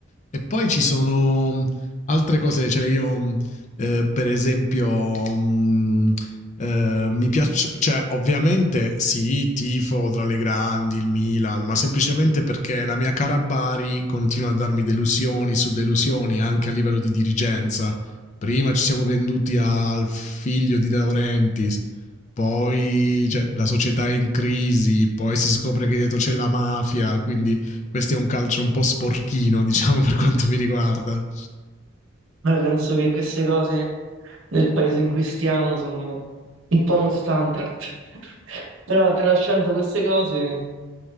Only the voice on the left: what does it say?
E poi ci sono mm, altre cose, cioè io mm, eh, per esempio mm, eh, mi piace, cioè ovviamente sì, tifo tra le grandi, il Milan, ma semplicemente perché la mia cara Bari continua a darmi delusioni su delusioni anche a livello di dirigenza. Prima ci siamo venduti al figlio di De Laurentiis, poi cioè, la società è in crisi, poi si scopre che dietro c'è la mafia, quindi questo è un calcio un po' sporchino, diciamo, per quanto mi riguarda.